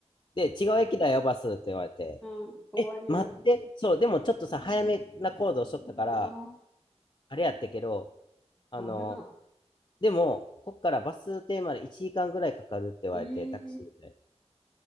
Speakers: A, on the left; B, in the centre.
A: で、違う駅だよ、バスって言われて、
B: うん、終わりやん。
A: え、待って、そう、でもちょっとさ、早めな行動しとったから、
B: あ
A: あれやったけど、あの、
B: あ、危な。
A: でも、こっからバス停まで1時間ぐらいかかるって言われて、
B: え
A: タクシーで。
B: え